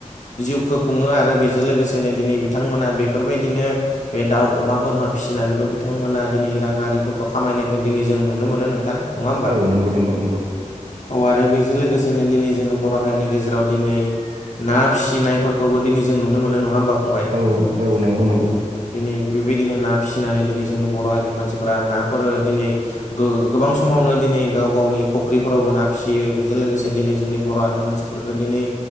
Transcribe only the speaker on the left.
जिउखो खुङो आरो बेजों लोगोसेनो दिनै बिथांमोना बेफोरबायदिनो बे दाउ अमा बोरमा फिसिनानैबो बिथांमोना दिनै राङारिफोरखौ खामायनायखौ दिनै जों नुनो मोनो नों थां नङा होमबा
औ आरो बेजों लोगोसेनो दिनै जोङो बर' हारिनि गेजेराव दिनै ना फिसिनायफोरखौबो दिनै जोंङो नुनो मोनो नङा होनबा फंबाय
औ दिनै बेबायदिनो ना फिसिनानै दिनै जोंनि बर' हारिनि मानसिफोरा नाफोर दिनै गो गोबां समावनो दिनै गाव गावनि फख्रिफोरावबो ना फिसियो बेजों लोगोसे दिनै बर' हारिनि मानसिफोरखौ दिनै